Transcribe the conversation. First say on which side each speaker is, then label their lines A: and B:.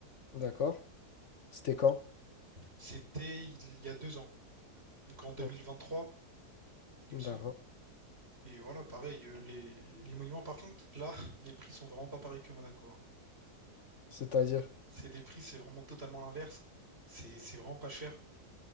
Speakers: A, on the left; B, on the right.
A: D'accord. C'était quand?
B: C'était il y a deux ans, donc en 2023,
A: Oh,
B: il
A: D'accord.
B: me semble. Et voilà, pareil, euh, les, les monuments, par contre, là, <laughs> les prix sont vraiment pas pareils que Monaco. hein.
A: C'est-à-dire?
B: C'est les prix, c'est vraiment totalement l'inverse. C'est c'est vraiment pas cher.